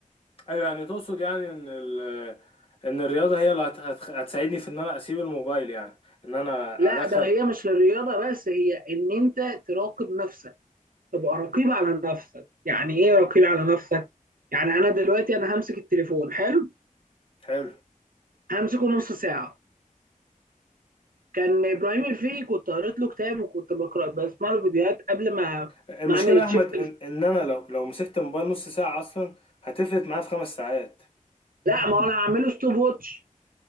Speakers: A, on the left (about 40°); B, on the right (about 85°).
A: ايوه يعني تقصد يعني ان ال... ان الرياضة هي اللي هت... هت... هتساعدني في ان انا اسيب الموبايل يعني ان انا
B: لا
A: ادخل
B: ده هي مش للرياضه بس هي ان انت تراقب نفسك تبقى رقيب على نفسك يعني ايه رقيب على نفسك يعني انا دلوقتي انا همسك التليفون حلو
A: حلو
B: همسكه نص ساعه كان ابراهيم الفقي كنت قريت له كتاب وكنت بقرا بسمع له فيديوهات قبل ما
A: المشكلة
B: ما اعمل الشيفت
A: يا احمد ان, إن انا لو لو مسكت الموبايل نص ساعة اصلا هتفلت معايا في خمس ساعات
B: لا ما هو انا هعمله ستوب ووتش